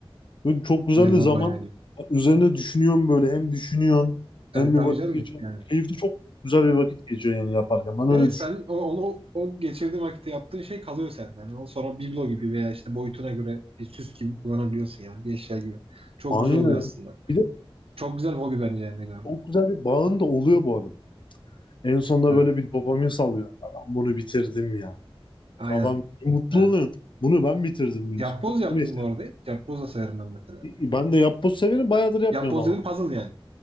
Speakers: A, on the left; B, on the right.
A: Böyle çok güzel
B: Lego
A: de zaman
B: bayağı iyi.
A: üzerine düşünüyorsun böyle. Hem düşünüyorsun
B: Evet
A: hem bir
B: tabii
A: vakit
B: canım.
A: geçiyorsun.
B: Yani
A: Keyifli çok güzel bir vakit geçiyor yani yaparken. Ben öyle
B: Ve sen
A: düşünüyorum.
B: o, onu, o geçirdiğin vakitte yaptığın şey kalıyor senden. Yani o sonra biblo gibi veya işte boyutuna göre bir süs gibi kullanabiliyorsun yani. Bir eşya gibi. Çok
A: Aynen.
B: güzel oluyor aslında.
A: Bir de
B: Çok güzel hobi bence yani. Lego'nun.
A: çok güzel bir bağın da oluyor bu arada. En sonunda
B: Evet.
A: böyle bir dopamin salıyor. Ben bunu bitirdim ya.
B: Aynen.
A: falan mutlu
B: Evet.
A: oluyorsun. Bunu ben bitirdim diyorsun.
B: Yapboz
A: Bu
B: yaptın
A: benim eserim.
B: bu arada. Yapboz da sayarım ben mesela.
A: E, Ben de yapboz severim. Bayağıdır yapmıyorum
B: Yapboz
A: ama.
B: dedim puzzle yani.